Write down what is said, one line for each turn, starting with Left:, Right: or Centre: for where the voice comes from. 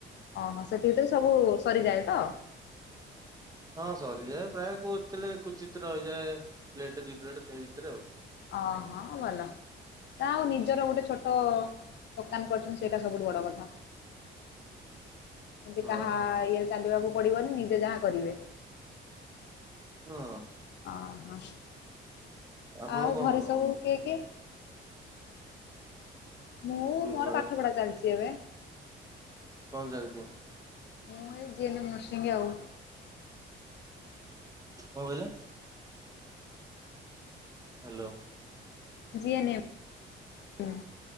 Left: ଓହୋ ସେଥିଭିତରେ ସବୁ ସରିଯାଏତ?
Right: ହଁ ସରିଯାଏ ପ୍ରାୟ କୋଉତଳେ କୁଚିତ୍ ରହିଯାଏ ପ୍ଲେଟ ଦି ପ୍ଲେଟ ସେ ଭିତରେ ଆଉ
Left: ଅହ ଭଲ ନା ଆଉ ନିଜର ଗୋଟେ ଛୋଟ ଦୋକାନ ନ କରୁଚନ୍ତି ସେଇଟା ସବୁଠୁ ବଡ଼କଥା। ଏମତି
Right: ହଁ
Left: କାହା ଇଏରେ ଚାଲିବାକୁ ପଡିବନି ନିଜେ ଯାହା କରିବେ।
Right: ହଁ।
Left: ଅ ହ
Right: ଆପଣ
Left: ଆଉ
Right: କଣ
Left: ଘରେ
Right: କରନ୍ତି?
Left: ସବୁ କିଏ କିଏ? ମୁଁ ମୋର
Right: ଘରେ
Left: ପାଠପଢା ଚାଲିଚି ଏବେ।
Right: କଣ ଚାଲଚି?
Left: ମୁଁ ଏଇ ଜି ଏନ ନରସିଂ ଆଉ।
Right: କଣ କହିଲ? Hello.
Left: G N M.